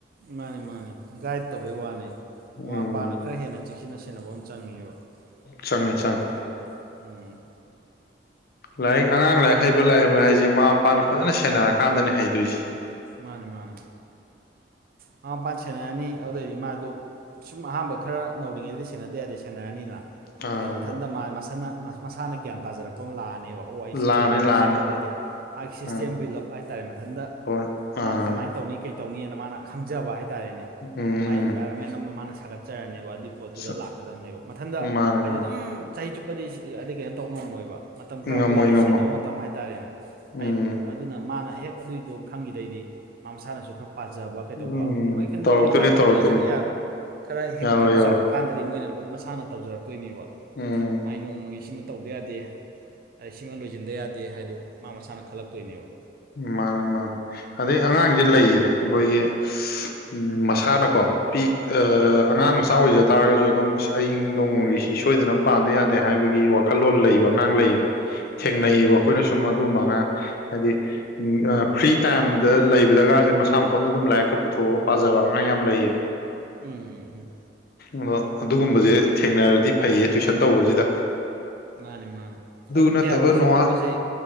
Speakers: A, on the right (about 55°); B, on the left (about 60°).
A: ꯃꯥꯅꯦ ꯃꯥꯅꯦ ꯒꯥꯏꯗ ꯇꯧꯕꯩ ꯋꯥꯅꯤ
B: ꯎꯝ
A: ꯃꯃꯥ ꯃꯄꯥꯅ ꯈꯔ ꯍꯦꯟꯅ ꯆꯦꯛꯁꯤꯟꯅ ꯁꯦꯟꯅꯕ ꯑꯃ ꯆꯪꯉꯦꯕ
B: ꯆꯪꯉꯦ
A: ꯃꯆꯥ
B: ꯆꯪꯉꯦ
A: ꯃꯈꯩꯗꯣ ꯎꯝ
B: ꯂꯥꯏꯔꯤꯛ ꯑꯉꯥꯡ ꯂꯥꯏꯔꯤꯛ ꯍꯩꯕ ꯂꯥꯏꯔꯤꯛ ꯍꯩꯕ ꯍꯥꯏꯁꯦ ꯃꯃꯥ ꯃꯄꯥꯅ ꯐꯖꯅ ꯁꯦꯟꯅꯔꯀꯥꯟꯗꯅꯦ ꯍꯩꯗꯣꯏꯁꯦ
A: ꯃꯥꯅꯦ ꯃꯥꯅꯦ ꯃꯃꯥ ꯃꯄꯥꯅ ꯁꯦꯅꯔꯅꯤ ꯑꯗꯨꯗꯩꯗꯤ ꯃꯥꯗꯨ ꯁꯨꯝ ꯑꯍꯥꯟꯕ ꯈꯔ ꯅꯧꯔꯤꯉꯩꯗꯤ ꯁꯦꯟꯅꯗ ꯌꯥꯗꯦ ꯁꯦꯟꯅꯔꯅꯤꯅ
B: ꯑꯥ
A: ꯑꯗꯩꯩ ꯃꯊꯟꯇ ꯃꯁꯥ ꯃꯁꯥꯅ ꯒ꯭ꯌꯥꯟ ꯇꯥꯖꯔꯛꯄ ꯑꯣ ꯑꯃ ꯂꯥꯛꯑꯅꯦꯕ ꯑꯣ ꯑꯩ ꯁꯤ
B: ꯂꯥꯅꯤ
A: ꯇꯧꯗ ꯌꯥꯗꯦ
B: ꯂꯥꯅꯤ
A: ꯁꯤ ꯇꯧꯗ ꯌꯥꯗꯦ ꯃꯥꯒꯤ ꯁꯤꯁꯇꯦꯝ
B: ꯑꯥ
A: ꯕꯤꯜ ꯑꯞ ꯍꯥꯏꯇꯥꯔꯦ ꯃꯊꯟꯇ
B: ꯍꯣꯏ
A: ꯃꯥ
B: ꯑꯥ
A: ꯀꯃꯥꯏꯅ ꯇꯧꯅꯤ ꯀꯩꯇꯧꯅꯤꯅ ꯃꯥꯅ ꯈꯪꯖꯕ ꯍꯥꯏ ꯇꯥꯔꯦꯅꯦ
B: ꯎꯝ
A: ꯃꯥꯒꯤ
B: ꯎꯝ
A: ꯏꯟꯚꯥꯏꯔꯣꯟꯃꯦꯟꯠ ꯑꯃ ꯃꯥꯅ ꯁꯥꯒꯠꯆꯕ ꯆꯠꯆꯔꯅꯦꯕ ꯑꯗꯨꯏ ꯄꯣꯠꯇꯨꯗ
B: ꯁ
A: ꯂꯥꯛꯀꯗꯝꯕꯅꯦꯕ ꯃꯊꯟꯇ
B: ꯃꯥꯅꯦ
A: ꯍꯥꯏꯗꯤ
B: ꯃꯥꯅꯦ
A: ꯑꯗꯨꯝ ꯆꯍꯤ ꯆꯨꯞꯄꯗꯤ ꯑꯗꯩꯩ ꯀꯩꯅꯣ ꯇꯧꯕ ꯉꯝꯃꯣꯏꯕ ꯃꯇꯝ ꯈꯔ
B: ꯉꯝꯃꯣꯏ
A: ꯑꯩꯈꯣꯏ ꯉꯩꯗ
B: ꯉꯝꯃꯣꯏ
A: ꯁꯦꯟꯅꯕ ꯃꯇꯝ ꯍꯥꯏꯇꯥꯔꯦꯅꯦ ꯑꯩ
B: ꯎꯝ
A: ꯑꯗꯨꯅ ꯃꯥꯅ ꯍꯦꯛ ꯑꯗꯨꯏꯗꯣ ꯈꯪꯈꯤꯗꯩꯗꯤ ꯃꯥ ꯃꯁꯥꯅꯁꯨ ꯈꯔ ꯄꯥꯖꯕ ꯀꯩꯗꯧꯕ
B: ꯎꯝ
A: ꯍꯣꯏ ꯈꯔ
B: ꯇꯧꯔꯛꯇꯣꯏꯅꯤ
A: ꯅꯧꯔꯤ ꯈꯔ ꯅꯧꯔꯤꯉꯩꯗꯗꯤ
B: ꯇꯧꯔꯛꯇꯣꯏꯅꯤ
A: ꯌꯥꯔꯣꯏ ꯈꯔ ꯀꯩꯅꯣ
B: ꯌꯥꯔꯣꯏ
A: ꯆꯥꯎꯈ꯭ꯔ
B: ꯌꯥꯔꯣꯏ
A: ꯀꯥꯟꯗꯗꯤ ꯃꯣꯏꯅ ꯂꯣꯏ ꯃꯁꯥꯅ ꯇꯧꯖꯔꯛꯇꯣꯏꯅꯦꯕ
B: ꯎꯝ
A: ꯃꯥꯏ ꯅꯣꯡꯃꯒꯤ ꯁꯤꯃ ꯇꯧꯗ ꯌꯥꯗꯦ ꯁꯤꯃ ꯂꯣꯏꯁꯤꯟꯗꯕ ꯌꯥꯗꯦ ꯍꯥꯏꯗꯣ ꯃꯥ ꯃꯁꯥꯅ ꯈꯜꯂꯛꯇꯣꯏꯅꯦꯕ
B: ꯃꯥꯅꯤ ꯃꯥꯅꯤ ꯑꯗꯩ ꯑꯉꯥꯡꯁꯦ
A: ꯎꯝ
B: ꯂꯩꯌꯦ ꯑꯩꯈꯣꯏꯒꯤ ꯎꯝ ꯃꯁꯥꯅꯀꯣ ꯄꯤ
A: ꯎꯝ
B: ꯑꯉꯥꯡ ꯃꯆꯥ ꯑꯣꯏꯖ ꯇꯥꯔꯒꯁꯨ ꯑꯗꯨꯝ ꯑꯁ ꯑꯩ ꯁꯤ ꯅꯣꯡꯃꯒꯤ ꯁꯤ ꯁꯣꯏꯗꯅ ꯄꯥꯗ ꯌꯥꯗꯦ ꯗꯦ ꯍꯥꯏꯕꯒꯤ ꯋꯥꯈꯜꯂꯣꯟ ꯂꯩꯕ
A: ꯎꯝ
B: ꯑꯉꯥꯡ
A: ꯎꯝ
B: ꯂꯩꯌꯦꯕ ꯊꯦꯡꯅꯩꯌꯦꯕ
A: ꯃꯥꯅꯦ ꯃꯥꯅꯦ
B: ꯑꯩꯈꯣꯏꯅ ꯁꯨꯝ ꯑꯗꯨꯒꯨꯝꯕ ꯑꯉꯥꯡ ꯍꯥꯏꯗꯤ ꯐ꯭ꯔꯤ ꯇꯥꯏꯝꯗ ꯂꯩꯕꯗꯒꯁꯦ ꯃꯁꯥ ꯃꯥꯇꯣꯟꯗ ꯑꯗꯨꯝ ꯂꯥꯏꯔꯤꯛꯀ ꯄꯨꯊꯣꯛꯑꯒ ꯄꯥꯖꯕ ꯑꯉꯥꯡ ꯌꯥꯝ ꯂꯩꯌꯦꯕ
A: ꯎꯝ ꯎꯝ ꯎꯝ
B: ꯑꯗꯣ ꯑꯗꯨꯒꯨꯝꯕꯁꯦ ꯊꯦꯡꯅꯔꯗꯤ ꯐꯩꯌꯦ ꯇꯨꯋꯏꯁꯟ ꯇꯧꯕꯁꯤꯗ
A: ꯃꯥꯅꯦ ꯃꯥꯅꯤ ꯑꯗꯨ
B: ꯅꯠꯇꯕ
A: ꯀꯌꯥ ꯇꯨꯏꯁꯟ
B: ꯅꯣꯡꯉꯥꯟ
A: ꯇꯧꯕꯁꯦ